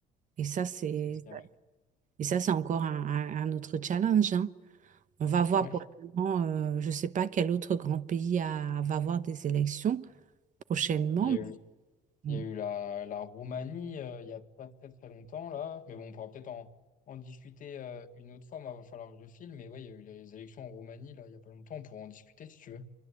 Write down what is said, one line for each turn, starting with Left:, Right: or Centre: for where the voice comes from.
Right: Et ça, c'est,
Left: c'est clair. <laughs>
Right: et ça, c'est encore un, un- un autre challenge, hein. On va voir
Left: Ouais.
Right: probablement, euh, je ne sais pas quel autre grand pays a- va avoir des élections prochainement.
Left: Il y a eu,
Right: Oui,
Left: il y a eu la, la Roumanie euh, il y a pas très très longtemps là, mais bon, on pourra peut-être en, en discuter euh, une autre fois. Il va falloir que je file, mais ouais, il y a eu les élections en Roumanie là il y a pas longtemps. On pourra en discuter si tu veux.